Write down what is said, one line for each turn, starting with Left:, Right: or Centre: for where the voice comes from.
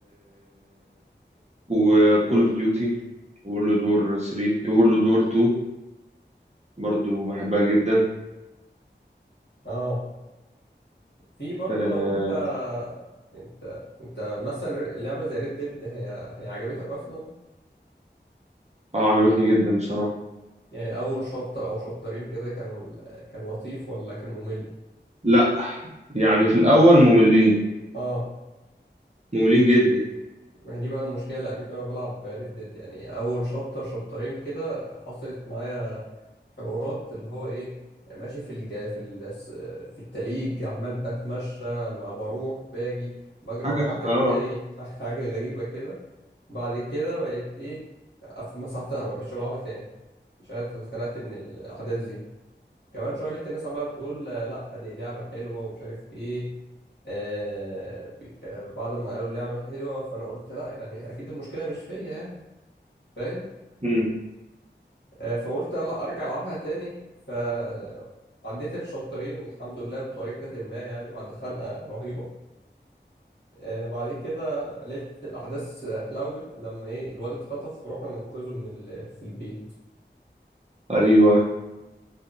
Right: وكول اوف ديوتي وورلد وور 3 وورلد وور 2 برضو بحبها جدا
Left: اه في برضه
Right: اه
Left: لو انت انت انت مثلا اللعبة زي ريد ديد هي هي عجبتك اصلا
Right: آه، عجبتني جدا بصراحة
Left: يعني اول شابتر او شابترين كده كانوا كان لطيف ولا كان ممل
Right: لا يعني في الأول مملين
Left: اه
Right: مملين جدا
Left: ما هي دي بقى المشكله اللي قابلتني وانا بلعب ريد ديد يعني اول شابتر شابترين كده حصلت معايا حوارات اللي هو ايه ماشي في الج... في ال... في التليج عمال بتمشى ما بروح باجي بجري
Right: حاجة
Left: ورا واحد
Right: اه
Left: تايه <laughs> حاجه غريبه كده بعد كده بقيت ايه أف- مسحتها ما بقتش بلعبها تاني مش عارف اتخنقت من الاحداث دي كمان شويه لقيت الناس عماله بتقول آه، لا دي لعبه حلوه ومش عارف ايه آه بي- آه بعد ما قالوا لعبه حلوه فانا قلت لا يعني اكيد المشكله مش فيا يعني فاهم
Right: مم.
Left: آه فقلت لا ارجع العبها تاني فعديت الشابترين الحمد لله بطريقه ما يعني بعد خنقه رهيبه آه بعد كده لقيت الاحداث حلوت لما ايه الواد اتخطف ورحنا ننقذه من ال... في البيت
Right: ايوه